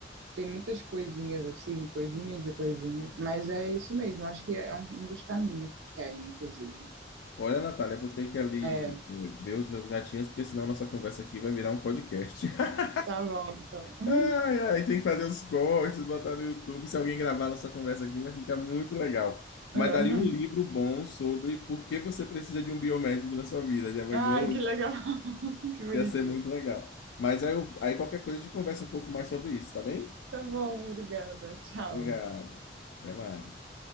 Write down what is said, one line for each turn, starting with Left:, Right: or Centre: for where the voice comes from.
Right: tem muitas coisinhas, assim, coisinhas e coisinhas. Mas é isso mesmo, acho que é um, um dos caminhos que querem, inclusive.
Left: Olha, Natália, eu vou ter que ali
Right: É,
Left: eh, ver os meus gatinhos, porque senão nossa conversa aqui vai virar um podcast. <laughs>
Right: tá bom, então. <laughs>
Left: Ai, ai, tem que fazer os cortes, botar no YouTube. Se alguém gravar nossa conversa aqui, vai ficar muito legal. Mas
Right: É.
Left: daria um livro bom sobre por que você precisa de um biomédico na sua vida. Já imaginou
Right: Ai, que legal. <laughs> Que bonitinho.
Left: Ia ser muito legal. Mas aí, eu- aí qualquer coisa a gente conversa um pouco mais sobre isso, tá bem?
Right: Tá bom, obrigada. Tchau.
Left: Obrigado. Até mais.